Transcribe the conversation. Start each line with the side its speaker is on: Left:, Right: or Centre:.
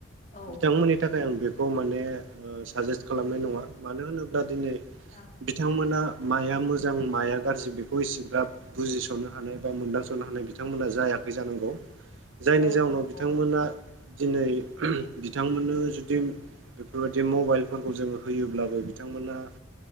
Left: औ
Right: बिथांमोननि थाखाय आं बेखौ माने ओ साजेस्ट खालामनाय नङा मानो होनोब्ला दिनै
Left: ओं
Right: बिथांमोना माया मोजां माया गाज्रि बेखौ एसेग्राब बुजिस'नो हानाय बा मोनदांस'नो हानाय बिथांमोना जाया जानांगौ जायनि
Left: औ
Right: जाउनाव
Left: नंगौ
Right: बिथांमोना दिनै बिथांमोननो जुदि बेफोरबायदि मबाइलफोरखौ जों होयोब्लाबो बिथांमोनहा